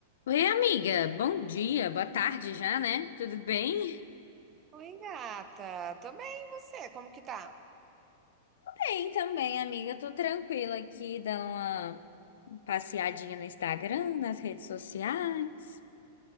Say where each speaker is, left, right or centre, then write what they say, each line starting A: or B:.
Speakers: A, on the left (about 80°); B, on the right (about 25°).
A: Oi, amiga. Bom dia, boa tarde já, né? Tudo bem?
B: Oi, gata. Tô bem, e você? Como que tá?
A: Bem também, amiga. Tô tranquila aqui, dando uma passeadinha no Instagram, nas redes sociais,